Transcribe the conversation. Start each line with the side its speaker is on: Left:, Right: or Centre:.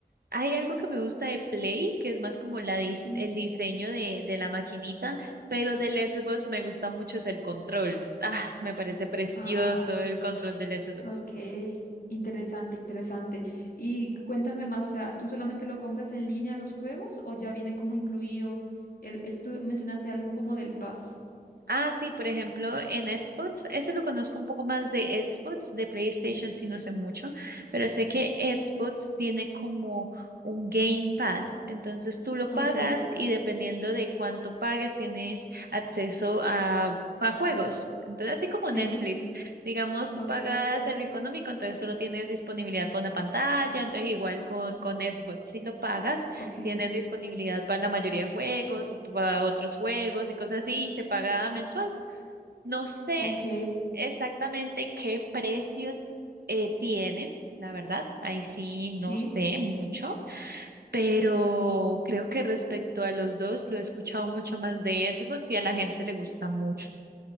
Right: hay algo que me gusta de Play, que es más como la dis-
Left: sí.
Right: el diseño de, de la maquinita, pero del Xbox me gusta mucho es el control. Ah, me parece precioso
Left: Ah,
Right: el control del Xbox.
Left: ok. Interesante, interesante. Y cuéntame más, o sea, ¿tú solamente lo compras en línea los juegos o ya viene como incluido el, es- tú mencionaste algo como del Pass?
Right: Ah, sí, por ejemplo, en Xbox, ese lo conozco un poco más de Xbox, de PlayStation sí no sé mucho, pero sé que Xbox tiene como un Game Pass, entonces tú lo pagas
Left: Ok,
Right: y dependiendo de cuánto pagues tienes acceso a, a juegos. Entonces, así como
Left: sí,
Right: Netflix, digamos, tú
Left: ok,
Right: pagas el económico, entonces solo tienes disponibilidad para una pantalla, entonces igual con, con Xbox, si lo pagas,
Left: ok,
Right: Tienes disponibilidad para la mayoría de juegos o para otros juegos y cosas así, y se paga mensual. No sé
Left: ok,
Right: exactamente qué precio eh, tienen, la verdad, ahí sí no
Left: sí.
Right: sé mucho, pero creo que respecto a los dos lo he escuchado mucho más de Xbox y a la gente le gusta mucho.